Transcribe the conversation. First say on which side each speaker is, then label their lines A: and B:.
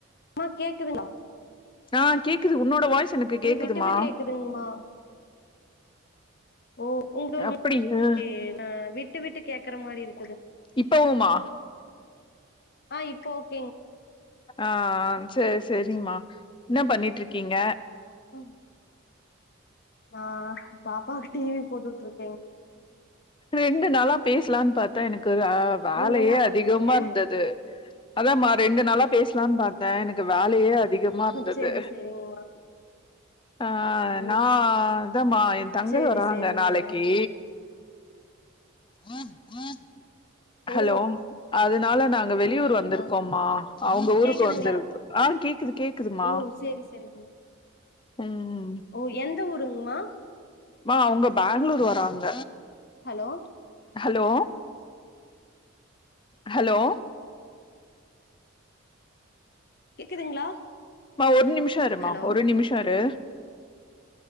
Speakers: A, on the left; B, on the left.
A: அம்மா கேக்குதுங்ளா
B: ஆ கேக்குது உன்னோட வாய்ஸ் எனக்கு
A: உங்களுது
B: கேக்குதுமா
A: விட்டு விட்டு கேக்குதுங்மா ஓ உங்க ஒரு
B: அப்படியா
A: ஏ ஆ விட் விட்டு விட்டு கேக்குற மாரி இருக்
B: இப்பவுமா
A: ஆ இப்ப ஓக்
B: ஆம் சேர் சேரிமா என்ன பண்ணிட்டு இருக்கீங்க
A: ம் ஆ பாப்பா டிவி போட்டுட்ருக்
B: ரெண்டு நாளாப் பேசலான் பாத்தா எனக் கு வே வேலயே
A: நீங்க என்ன பண்றீங்க
B: அதிகமா இருந்தது அதாமா ரெண்டு நாளா பேசுலான் பாத்த எனக்கு வேல் லயே அதிகமா இருந்தது
A: சேரி சேரிங்கமா
B: ஆ
A: ஓ
B: நா இதாமா என் தங்கை
A: சேரி
B: வர்றாங்க
A: சேரிங்கமா
B: நாளைக்கு <unintelligible> ஹலோ
A: ஓ
B: அதனால நாங்க வெளியூர்
A: சூப்பர்மா
B: வந்துருக்கோம்மா அவுங்க ஊருக்கு
A: கேக்குதுங்களா
B: வந்துருக்கு ஆ கேக்குது கேக்குதுமா
A: ஓ சேரி சேரிங்கமா
B: ம்
A: ஓ எந் த ஊருங்மா <inaudible>
B: மா அவுங்க பேங்களூர் வர்றாங்க
A: ஹலோ
B: அலோ ஹலோ
A: கேக்குதுங்களா
B: மா ஒரு நிம்ஷோ இருமா
A: ஹலோ
B: ஒரு நிம்ஷோ இரு